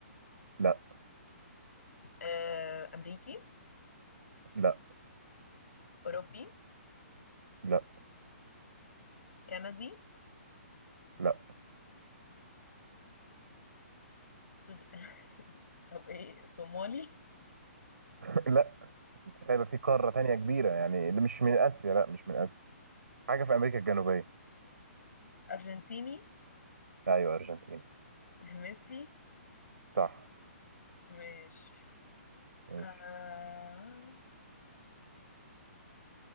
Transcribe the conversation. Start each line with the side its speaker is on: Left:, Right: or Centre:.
Right: لا
Left: آه، أمريكي
Right: لا
Left: أوروبي
Right: لا
Left: كندي
Right: لا
Left: سود... <laughs> طب إيه صومالي
Right: <laughs> لا انت سايبه في قاره تانية كبيره يعني اللي مش من اسيا لا مش من اسيا حاجه في امريكا الجنوبيه
Left: أرجنتيني
Right: ايوه ارجنتين
Left: ميسي
Right: صح
Left: ماشي
Right: ماشي
Left: آه...